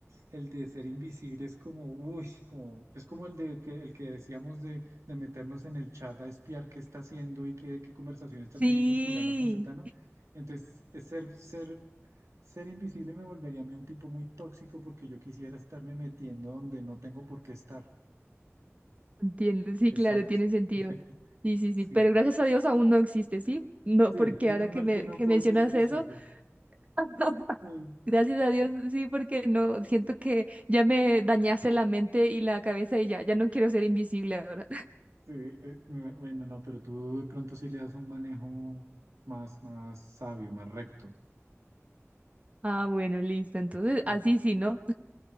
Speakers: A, on the right (about 75°); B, on the right (about 30°).
A: el de ser invisible es como, uy, como, es como el de que, el que decíamos de, de meternos en el chat a espiar qué está haciendo y qué, qué conversación está
B: sí.
A: teniendo fulano con sutano. Entonces, es ser, ser, ser invisible me volvería a mí un tipo muy tóxico porque yo quisiera estarme metiendo donde no tengo por qué estar.
B: Entiendo, sí,
A: Exacto.
B: claro, tiene sentido.
A: <laughs>
B: Sí, sí, sí,
A: Sí.
B: pero gracias a Dios aún no existe, ¿sí? No,
A: Sí,
B: porque
A: menos
B: ahora
A: mal
B: que me
A: que no
B: que
A: puedo
B: mencionas
A: ser invisible.
B: eso, <laughs>
A: Ay,
B: gracias a Dios, sí, porque no, siento que ya me dañaste la mente y la cabeza y ya, ya no quiero ser invisible ahora. <laughs>
A: Eh, eh, eh, bueno, no, pero tú de pronto sí le das un manejo más, más sabio, más recto.
B: Ah, bueno, listo, entonces,
A: Ah.
B: así sí, ¿no?